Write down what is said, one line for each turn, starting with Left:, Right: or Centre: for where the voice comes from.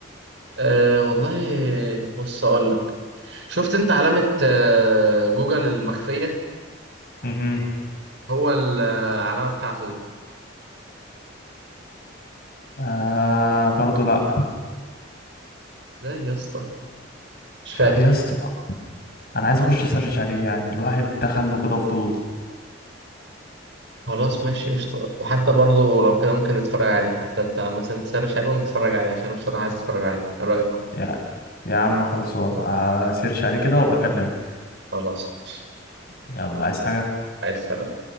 Right: أه والله بص أقول لك شفت أنت علامة آه، جوجل المخفية
Left: امم
Right: هو العلامة بتاعته دي
Left: آه برضو لا
Right: ازاي يا اسطى مش فاكر
Left: طب يا اسطى انا عايز اخش اسرش عليه يعني الواحد دخله كده فضول
Right: خلاص ماشي قشطة وحتى برضه لو كده ممكن نتفرج عليه حتى انت مثلا تسرش عليه ونتفرج عليه عشان أنا بصراحة عايز اتفرج عليه ايه رأيك
Left: يا يا عم خلصان اسيرش عليه كده وابقى اكلمه
Right: خلاص ماشي.
Left: يلا عايز حاجه
Right: عايز سلام